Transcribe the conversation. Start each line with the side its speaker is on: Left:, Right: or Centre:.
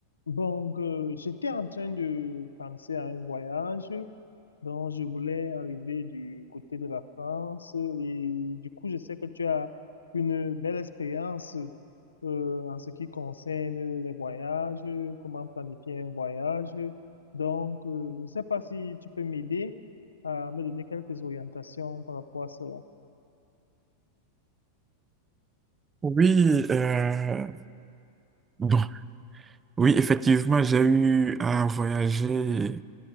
Left: Donc, euh, j'étais en train de penser à un voyage dont je voulais arriver du côté de la France et du coup, je sais que tu as une belle expérience euh, en ce qui concerne les voyages, comment planifier un voyage. Donc, euh, je ne sais pas si tu peux m'aider à me donner quelques orientations par rapport à cela.
Right: Oui, euh, bon, oui, effectivement, j'ai eu à voyager